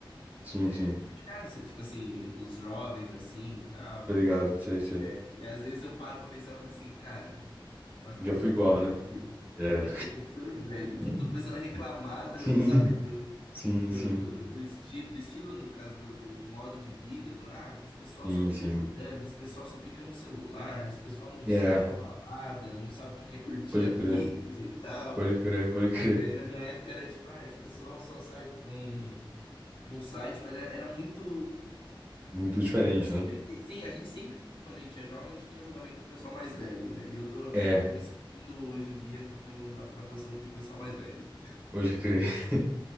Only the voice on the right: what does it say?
Sim, sim.
Tá ligado? Sei, sei.
Já
fui
igual, né?
É.
<laughs>
Sim,
sim,
sim.
Sim,
sim.
É,
pode
crer.
Pode crer, pode crer.
Muito diferente,
né?
É,
pode crer. <laughs>